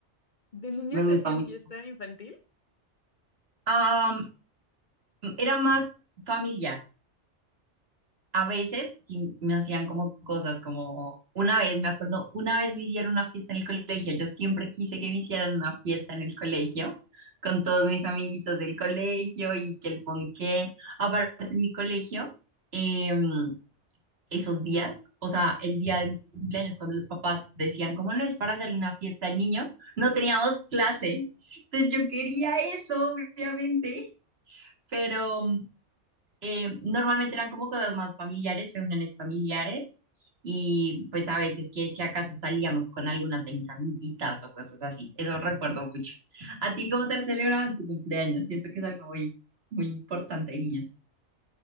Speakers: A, on the left (about 45°); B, on the right (about 60°).
A: ¿De niña
B: Me gusta
A: te hacían
B: mucho.
A: fiesta infantil?
B: Am, era más familiar. A veces sí me hacían como cosas como una vez, me acuerdo, una vez me hicieron una fiesta en el colegio. Yo siempre quise que me hicieran una fiesta en el colegio con todos mis amiguitos del colegio y que el ponqué. Aparte en mi colegio, em, esos días, o sea, el día de mi cumpleaños, cuando los papás decían, como no es para hacerle una fiesta al niño? No teníamos clase. Entonces yo quería eso, obviamente, pero eh, normalmente eran como cosas más familiares, reuniones familiares, y pues a veces que si acaso salíamos con algunas de mis amiguitas o cosas así, eso recuerdo mucho. ¿A ti cómo te celebraban tu cumpleaños? Siento que es algo muy, muy importante de niños.